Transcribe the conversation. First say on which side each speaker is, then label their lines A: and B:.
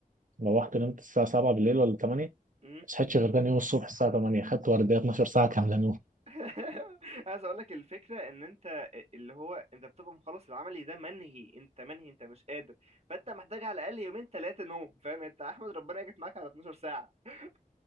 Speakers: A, on the right; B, on the right.
A: روحت نمت الساعه 7 بالليل ولا 8 ما
B: امم
A: صحيتش غير تاني يوم الصبح الساعه 8 خدت ورديه 12 ساعه كامله
B: <laughs> عايز اقول لك الفكره ان انت اللي هو انت بتبقى مخلص العملي ده منهي انت منهي انت مش قادر فانت محتاج على الاقل يومين ثلاثه نوم فاهم انت احمد ربنا جت معاك على 12 ساعه